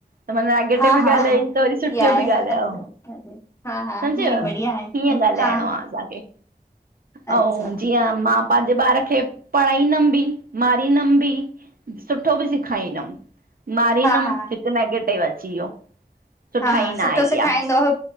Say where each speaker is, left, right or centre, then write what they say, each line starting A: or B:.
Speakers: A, on the right; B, on the left.
A: त माना नैगेटिव
B: हा
A: बि
B: हा
A: ॻाल्हायांई
B: हा
A: त वरी सुठो
B: इहा आहे
A: बि ॻाल्हायो
B: अच्छा अच्छा हा हा
A: समुझव
B: हे बढ़िया आहे
A: हीअं
B: पर
A: ॻाल्हाइणो
B: हा
A: आ
B: हा
A: असांखे, अंउं
B: अच्छा
A: जीअं मां पांजे ॿार खे पढ़ाईंदमि बि मारींदमि बि सुठो बि सेखारींदमि, मारींदमि
B: हा हा
A: हिकु नैगेटिव अची वियो सुठाई
B: हा -हा
A: न
B: सुठो
A: आई
B: सेखाईंदव,